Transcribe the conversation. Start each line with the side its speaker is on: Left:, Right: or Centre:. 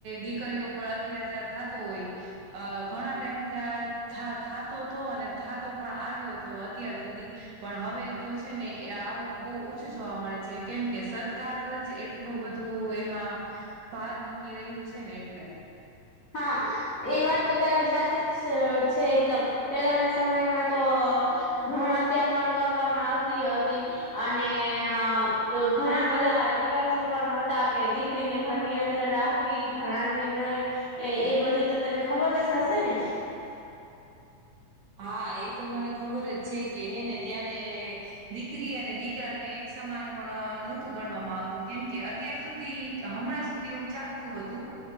Right: દીકરીઓ ઉપર અત્યાચાર થાતો હોય. અ ઘણા ટાઈમ થયાં થા થાતો તો અને થાતો પણ આવ્યો તો. અત્યાર સુધી. પણ હવે તો છે ને એ આવું બોવ ઓછું જોવા મળે છે કેમ કે સરકાર જ એ ટલું બધું એમાં ભાર મૂકી રહ્યું છે ને એટલે.
Left: હા, એ વાત તો તારી સાચી છ છે એકદમ. પેલાના સમયમાં તો ભ્રૂણ હત્યા પણ કરવામાં આવતી હતી. અને અ તો ઘણા બધા રિવાજો પણ હતા કે દીકરીને ઘરની અંદર રાખ વી ભણાવી નઈ એ એ બધી તો તને ખબર જ હશે ને?
Right: હા, એ તો મને ખબર જ છે કે હે ને ત્યારે. દીકરી અને દીકરાને, એક સમાન પણ નહોતું, ગણવામાં આવતું, કેમ કે અત્યાર સુધી. કે હમણાં સુધી એવું ચાલતું હતું,